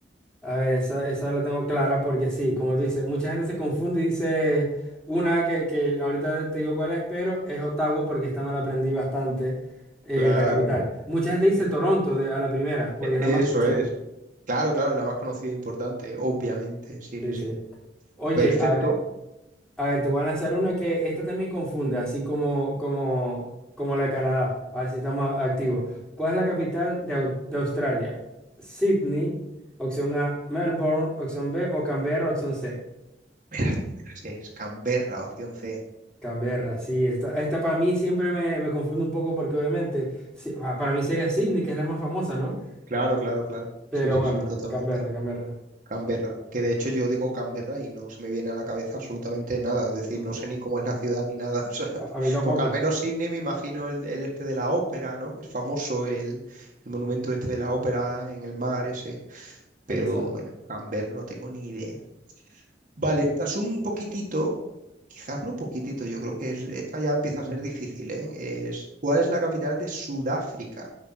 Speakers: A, in the centre; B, on the right.
A: A ver, esa, esa la tengo clara porque sí, como tú dices, mucha gente se confunde y dice una que, que ahorita te digo cuál es, pero es Ottawa porque esta me la aprendí bastante, eh,
B: Claro,
A: la capital. Mucha gente dice
B: es-
A: Toronto de- a la primera porque
B: e-
A: es
B: eso
A: la más conocida.
B: es. Claro, claro, es la más conocida e importante, obviamente. Sí,
A: Sí,
B: sí, sí.
A: sí. Oye,
B: Perfecto.
A: a ver. A ver, te voy a lanzar una que esta también confunde, así como, como, como la de Canadá. A ver si estamos a- activos. ¿Cuál es la capital de, Au- de Australia? Sydney, opción A, Melbourne, opción B, o Canberra, opción C.
B: Me la sé, me la sé. Es Canberra, opción C.
A: Canberra, sí, esta, esta para mí siempre me, me confunde un poco porque obviamente sí, pa- para mí sería Sydney, que es la más famosa, ¿no?
B: Claro, claro, claro.
A: Pero
B: Sí, sí,
A: bueno,
B: sí, totalmente.
A: Canberra, Canberra.
B: Canberra, que de hecho yo digo Canberra y no se me viene a la cabeza absolutamente nada, es decir,
A: Mm,
B: no sé ni cómo es la ciudad ni nada, <laughs> o sea,
A: A, a mí tampoco.
B: porque al menos Sydney me imagino el, el este de la ópera, ¿no? Que es famoso el, el monumento este de la ópera en el mar ese, pero
A: Exacto.
B: bueno, Canberra no tengo ni idea. Vale, esta es un poquitito, quizás no un poquitito, yo creo que es, esta ya empieza a ser difícil, ¿eh? Es, ¿cuál es la capital de Sudáfrica?